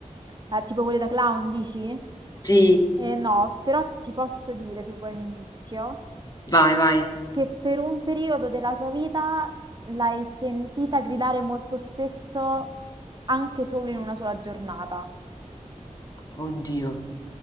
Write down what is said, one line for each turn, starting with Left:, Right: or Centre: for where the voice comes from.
Right: Eh, tipo quelli da clown, dici?
Left: Sì,
Right: Eh, no, però ti posso dire, se vuoi un indizio,
Left: vai, vai.
Right: Che per un periodo della tua vita l'hai sentita gridare molto spesso anche solo in una sola giornata,
Left: Oddio.